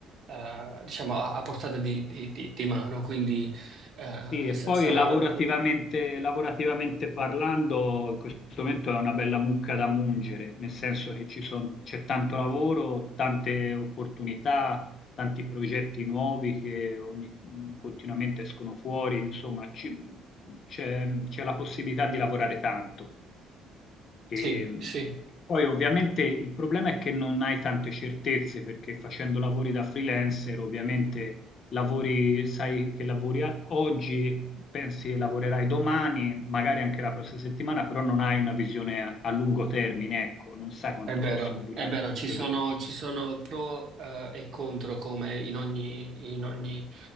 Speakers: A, on the right (about 50°); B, on the left (about 45°).
A: eh, diciamo, a, a portata di, di- di- di mano, quindi eh,
B: Sì, e
A: sa-
B: poi
A: sarà
B: lavorativamente,
A: un...
B: lavorativamente parlando, in questo momento è una bella mucca da mungere, nel senso che ci son- c'è tanto lavoro, tante opportunità, tanti progetti nuovi che ogni- continuamente escono fuori, insomma, ci- c'è c'è la possibilità di lavorare tanto. E,
A: Sì,
B: mh,
A: sì.
B: poi ovviamente il problema è che non hai tante certezze perché facendo lavori da freelancer ovviamente lavori, sai che lavori a- oggi, pensi che lavorerai domani, magari anche la prossima settimana, però non hai una visione a, a lungo termine, ecco, non sai quanto
A: È vero,
B: possono durare
A: è vero,
B: questi
A: ci
B: progetti.
A: sono, ci sono pro, eh, e contro come in ogni, in ogni,